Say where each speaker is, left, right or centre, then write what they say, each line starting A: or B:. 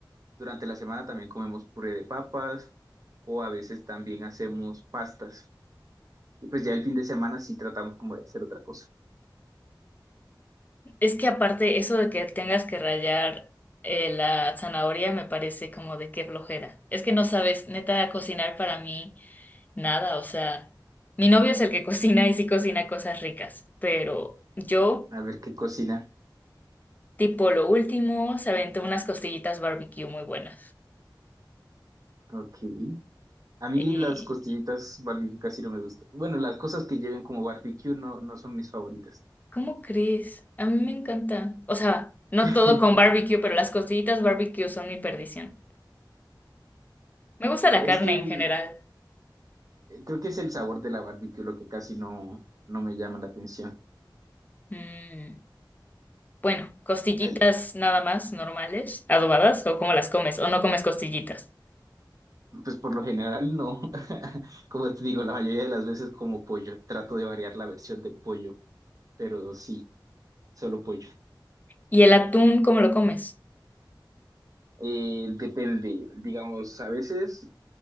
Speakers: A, on the right; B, on the left.
A: durante la semana también comemos puré de papas o a veces también hacemos pastas. Y pues ya el fin de semana sí tratamos como de hacer otra cosa.
B: Es que aparte eso de que tengas que rallar eh, la zanahoria me parece como de qué flojera. Es que no sabes, neta, cocinar para mí nada, o sea, mi novio es el que <laughs> cocina y sí cocina cosas ricas, pero yo...
A: A ver qué cocina.
B: Tipo lo último, se aventó unas costillitas barbecue muy buenas.
A: Ok. A mí
B: Eh,
A: las costillitas barbecue casi no me gustan. Bueno, las cosas que lleven como barbecue no, no son mis favoritas.
B: ¿cómo crees? A mí me encanta. O sea, no
A: <laughs>
B: todo con barbecue, pero las costillitas barbecue son mi perdición. Me gusta la
A: Es
B: carne
A: que
B: en general.
A: creo que es el sabor de la barbecue lo que casi no, no me llama la atención.
B: Mm, bueno, costillitas
A: Ay,
B: nada más normales, adobadas, o cómo las comes, o no comes costillitas.
A: pues por lo general no. <laughs> Como te digo, la mayoría de las veces como pollo. Trato de variar la versión del pollo, pero sí, solo pollo.
B: ¿Y el atún, cómo lo comes?
A: Eh, depende, digamos, a veces